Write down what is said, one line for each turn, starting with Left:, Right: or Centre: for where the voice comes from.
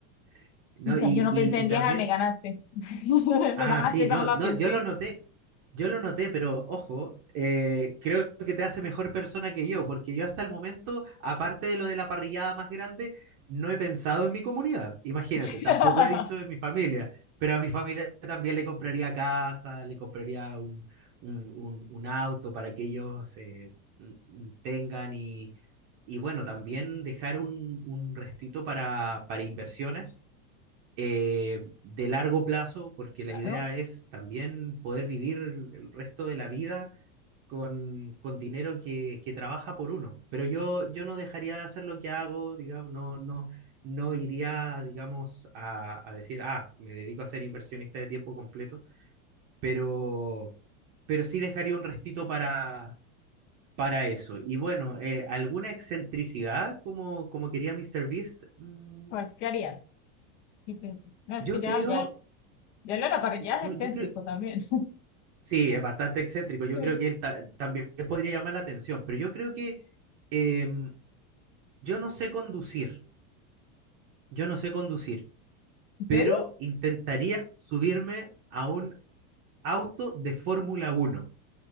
Right: <laughs> ¿no?
Left: O sea,
Right: Y,
Left: yo no
Right: y,
Left: pensé en
Right: y
Left: viajar,
Right: también
Left: me ganaste. <laughs>
Right: Ah,
Left: Me ganaste,
Right: sí,
Left: esa
Right: no,
Left: no la
Right: no,
Left: pensé.
Right: yo lo noté. Yo lo noté, pero ojo, eh, creo que te hace mejor persona que yo, porque yo hasta el momento, aparte de lo de la parrillada más grande, no he pensado en mi comunidad. Imagínate,
Left: <laughs>
Right: tampoco he dicho de mi familia, pero a mi familia también le compraría casa, le compraría un, un, un- un auto para que ellos eh, mm, mm, tengan y, y bueno, también dejar un, un restito para, para inversiones eh, de largo plazo, porque la
Left: Claro,
Right: idea es también poder vivir el resto de la vida con, con dinero que, que trabaja por uno. Pero yo, yo no dejaría de hacer lo que hago, digamos, no, no, no iría, digamos, a, a decir, ah, me dedico a ser inversionista de tiempo completo, pero, pero sí dejaría un restito para... Para eso. Y bueno, eh, ¿alguna excentricidad como, como quería Mr. Beast? Mm,
Left: pues, ¿qué harías? ¿Qué piensas? No, es
Right: yo
Left: que ya,
Right: creo,
Left: ya, ya lo era, para ya
Right: no,
Left: es excéntrico
Right: yo creo,
Left: también. <laughs>
Right: Sí, es bastante excéntrico. Yo
Left: Sí.
Right: creo que él ta- también podría llamar la atención, pero yo creo que em, yo no sé conducir, yo no sé conducir,
Left: ¿En serio?
Right: pero intentaría subirme a un auto de Fórmula uno,